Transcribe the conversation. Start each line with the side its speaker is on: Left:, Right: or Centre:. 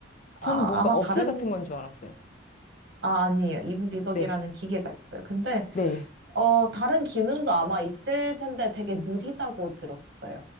Right: 아,
Left: 저는 뭔가
Right: 아마
Left: 어플
Right: 다른
Left: 같은 건 줄 알았어요.
Right: 아, 아니에요. 이북 리더기라는
Left: 네,
Right: 기계가 있어요. 근데
Left: 네.
Right: 어, 다른 기능도 아마 있을 텐데 되게 느리다고 들었어요.